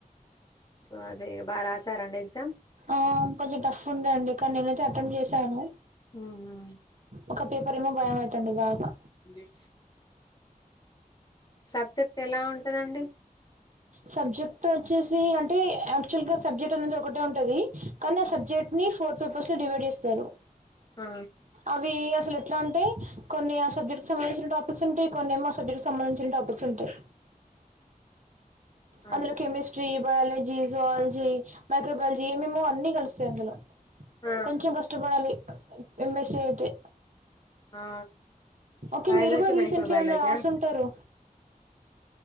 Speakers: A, on the left (about 30°); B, on the right (about 55°).
A: సో అదే బా రాశారండి ఎగ్జామ్
B: ఆ కొంచెం టఫ్ ఉండే అండి కానీ నేనైతే అటెంప్ట్ చేశాను
A: అవునా
B: ఒక పేపర్ ఏమో భయం అయితంది బాగా
A: బిస్.. సబ్జెక్ట్ ఎలా ఉంటందండి
B: సబ్జెక్ట్ వచ్చేసి అంటే యాక్చువల్ గా సబ్జెక్ట్ అనేది ఒకటే ఉంటది కానీ ఆ సబ్జెక్ట్ ని ఫోర్ పేపర్స్ లో డివైడ్ చేస్తారు
A: ఆ
B: అవి అసలు ఎట్లా అంటే కొన్ని ఆ సబ్జెక్ట్ సంబంధించిన టాపిక్స్ ఉంటాయి కొన్ని ఏమో సబ్జెక్ట్ సంబంధించని టాపిక్స్ ఉంటాయి
A: <unintelligible> అదే
B: అందులో కెమిస్ట్రీ బయాలజీ జుయాలజీ మైక్రోబయాలజీ ఏమేమో అన్నీ కలుస్తాయి అందులో
A: ఆ
B: కొంచెం కష్టపడాలి ఎమ్ ఎస్సి అయితే
A: ఆ
B: ఓకే
A: బయాలజీ
B: మీరు కూడా రీసెంట్లీ
A: మైక్రోబయలజా
B: ఏమైనా రాసుంటారు